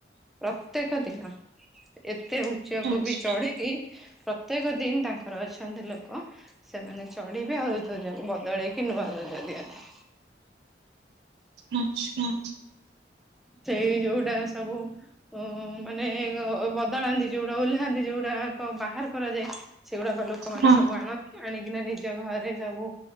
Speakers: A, in the centre; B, on the right.
A: ପ୍ରତ୍ୟେକ ଦିନ ଏ ଏତେ ଉଚ୍ଚାକୁ
B: ଆଚ୍ଛା
A: ବି ଚଢ଼ିକି ପ୍ରତ୍ୟେକ ଦିନ ତାଙ୍କର ଅଛନ୍ତି ଲୋକ ସେମାନେ ଚଢିବେ ଆଉ ଏ ଧ୍ୱଜାକୁ ବଦଳେଇକି ନୂଆ ଧ୍ୱଜା ଦିଅନ୍ତି।
B: ଆଚ୍ଛା।
A: ସେଇ ଯୋଉଟା ସବୁ ଓ, ମାନେ ବଦଳାନ୍ତି ଯୋଉଡା, ଓହ୍ଲାନ୍ତି ଯୋଉଡାକ, ବାହାର କରାଯାଏ। ସେଇଗୁଡା ବା ଲୋକମାନେ
B: ହଁ
A: ସବୁ ଆଣନ୍ତି। ଆଣିକିନା ନିଜ ଘରେ, ସବୁ